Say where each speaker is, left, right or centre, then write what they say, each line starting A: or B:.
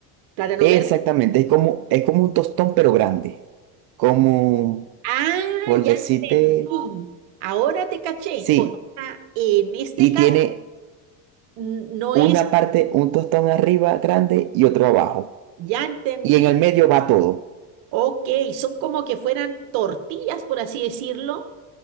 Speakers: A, on the right; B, on the right.
A: plátano
B: Exactamente,
A: verde.
B: es como, es como un tostón pero grande, como
A: Ah,
B: por
A: ya
B: decirte,
A: entendí. Ahora te caché.
B: sí,
A: O sea, en este
B: y
A: caso,
B: tiene...
A: n- no
B: una
A: es,
B: parte, un tostón arriba grande y otro abajo.
A: ya entendí.
B: Y en el medio va todo.
A: Ok, son como que fueran tortillas, por así decirlo,